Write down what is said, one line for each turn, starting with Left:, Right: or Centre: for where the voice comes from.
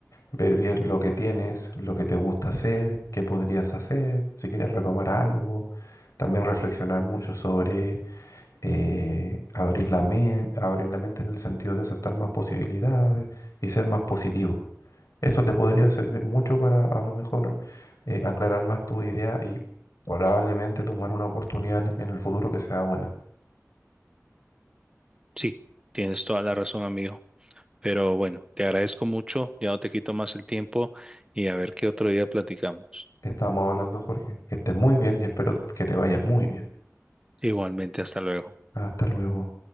Left: ver bien lo que tienes, lo que te gusta hacer, qué podrías hacer, si quieres retomar algo. También reflexionar mucho sobre eh, abrir la mente, abrir la mente en el sentido de aceptar más posibilidades y ser más positivo. Eso te podría servir mucho para a lo mejor eh, aclarar más tu idea y probablemente tomar una oportunidad en en el futuro que sea buena.
Right: Sí, tienes toda la razón, amigo. Pero bueno, te agradezco mucho. Ya no te quito más el tiempo y a ver qué otro día platicamos.
Left: Estamos hablando, Jorge. Que estés muy bien y espero que te vaya muy bien.
Right: Igualmente, hasta luego.
Left: Hasta luego.